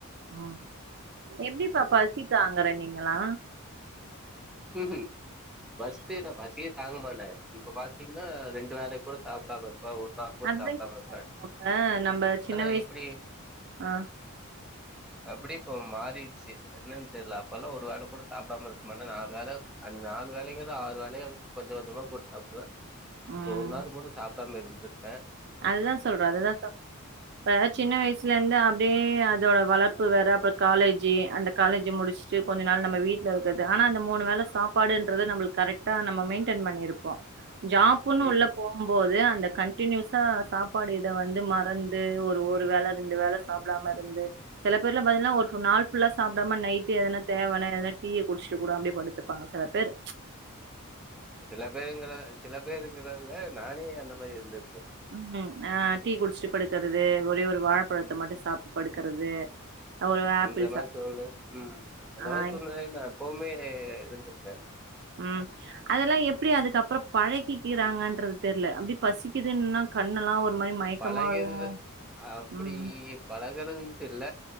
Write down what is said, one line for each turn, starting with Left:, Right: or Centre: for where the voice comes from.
Right: ம் எப்டிப்பா பசிக்கு ஆங்கற
Centre: <unintelligible>
Right: நீங்களா
Centre: ம்ம் பஸ்டேத பசி தாங்கமாட்டே இப்ப பாத்தீங்கன்னா ரெண்டு வேலக் கூட சாப்டாம இருப்பே ஒரு நாள் கூட
Right: அதுதா
Centre: சாப்டாம இருப்பே
Right: ஆ நம்ம சின்ன
Centre: ஆனா
Right: வயஸ்
Centre: எப்டி
Right: ஆ
Centre: அப்பிடிக்கோ மாறி ச்சி என்னெனு தெரியல அப்பெல்லா ஒரு ரு வேல கூட சாப்படாம இருக்கமாட்டே நா வேல க நாலு வேலங்கற ஆறு வேலயா கொஞ்ச கொஞ்சோமா போட்டு சாப்புடுவே
Right: ம்
Centre: இப்ப ஒரு நாள் கூட சாப் டாம இருந்துப்பே
Right: அதுதா சொல்றோ அதுதா சொல்ற இப்ப சின்ன வயசுல இந்து அப்பிடியே அதோட வளப் ப்பு வேற அப்புறோ காலேஜி அந்த காலேஜி முடிச்ஸ்ட்டு கொஞ்ச நாள் நம்ம வீட்டுல இருக்கறது ஆனா அந்த மூணு வேல சாப்பாடுன்றது நம்மளுக்கு கரெக்டா நம்ம மெயின்டெய்ண் பண்ணிருப்போ ஜாப்பூன்னு
Centre: ம்
Right: உள்ள போம்போது அந்த கண்டினியூஸ் கா சாப்பாடு இத வந்து மறந்து ஒரு ஒரு வேல ரெண்டு வேல சாப்படாம இருந்து சில பேர்லா பாத்தீன்னா ஒரு நாள் ஃபுல்லா சாப்படாம நைட்டு எதனா தேவான எதனா டீய குடிச்சிட்டு கூட அப்டே படுத்துப்பாங்க சில பேரு
Centre: சில பேருங்கற சில பேருங்கறதுல நானே அந்த மாரி இருந்த
Right: ம் அ டீ குடிச்சுட்டு படுக்கறது ஒரே ஒரு வாழப்பழத்த மட்டு சாப்படறது படுக்கறது ஒரு
Centre: அந்த
Right: ஆப்பிள்
Centre: மாரி
Right: சாப்
Centre: சொல்லே ம் ம் அந்த மாரி
Right: ஆ
Centre: சொல்லே நா எப்பவுமே இருந்திருக்க
Right: ம் அதெல்லாம் எப்டி அதுக்கப்புறம் பழகிக்கிறாங்கன்றது தெரியல அப்படி பசிக்குதுன்னா கண்ணெல்லாம் ஒரு மாரி மயக்கமா
Centre: பழகிறது
Right: வரு
Centre: அப்டி
Right: ம்
Centre: பழகறது ட்டு இல்ல